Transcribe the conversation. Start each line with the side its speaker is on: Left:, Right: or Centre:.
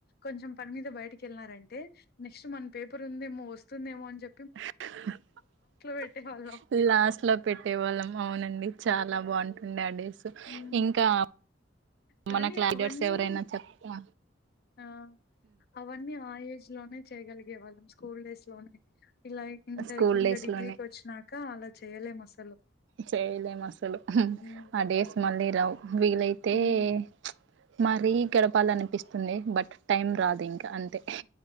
Left: కొంచెం పని మీద బయటకి వెళ్ళినారంటే నెక్స్ట్ మన పేపర్ ఉందేమో వస్తుందేమో. అని చె
Right: <unintelligible>
Left: పెట్టేవాళ్ళం
Right: లాస్ట్ లో పెట్టే వాళ్ళం అవునండి చాలా బాగుంటు ఉండ అడి
Left: ఉమ్,
Right: ఇంకా
Left: కానీ
Right: మన క్లాడట్స్
Left: అవన్నీ
Right: ఎవరైనా చెప్పా
Left: ఆ అవన్నీ ఆయ స్లోనె చేయగలిగే వాళ్ళం స్కూల్ డేస్ లోనే ఇలా ఇంటర్కి
Right: స్కూల్
Left: ఇంకా
Right: డేస్
Left: డిగ్రీకి
Right: లోనే
Left: వచ్చినాక కా అలా చేయ్యలేము అసలు
Right: చెయ్యలేము అసలు హ
Left: ఉమ్,
Right: ఆ డేస్ మళ్ళీ ద్దవు వీలైతే
Left: ఉమ్.
Right: చ్ మరీ గడపాల అనిపిస్తుంది బట్ టైం రాదు ఇంకా అంతే.